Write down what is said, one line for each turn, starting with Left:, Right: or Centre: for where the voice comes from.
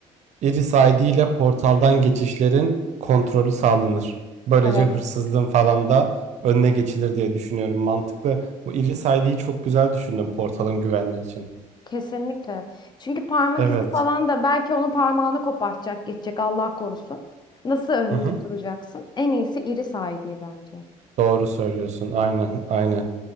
Right: Iris ID ile portaldan geçişlerin kontrolü sağlanır. Böylece
Left: Evet.
Right: hırsızlığın falan da önüne geçilir diye düşünüyorum. Mantıklı. Bu Iris ID'yi çok güzel düşündüm portalın güvenliği için.
Left: Kesinlikle. Çünkü parmak
Right: Evet.
Left: izi falan da belki onu parmağını kopartacak, geçecek Allah korusun. Nasıl önünde
Right: Hı hı.
Left: duracaksın? En iyisi iri sağ diye bence.
Right: Doğru söylüyorsun. Aynen, aynen.